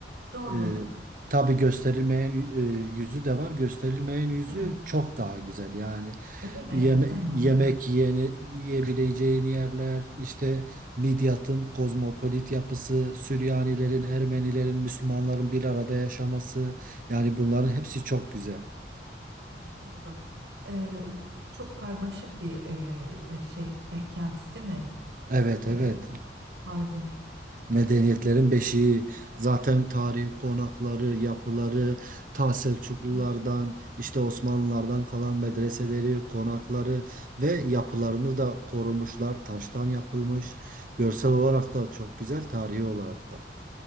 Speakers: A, on the right; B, on the right.
A: doğru.
B: Ee, tabii gösterilmeyen e, yüzü de var. Gösterilmeyen yüzü
A: Evet,
B: çok daha güzel. Yani
A: öyle mi?
B: yeme-
A: Hı hı.
B: yemek yiyeni, yiyebileceğin yerler, işte Midyat'ın kozmopolit yapısı, Süryanilerin,
A: Evet.
B: Ermenilerin, Müslümanların bir arada yaşaması. Yani
A: Hı hı.
B: bunların hepsi çok güzel.
A: Tabii doğru. Ee, çok karmaşık bir e, e, şey e, kent değil mi?
B: Evet,
A: Ee,
B: evet.
A: Mardin.
B: Medeniyetlerin beşiği zaten tarihi konakları, yapıları, ta Selçuklulardan,
A: Evet.
B: işte Osmanlılardan kalan medreseleri, konakları ve yapılarını da korumuşlar. Taştan yapılmış. Görsel olarak da çok güzel, tarihi olarak da.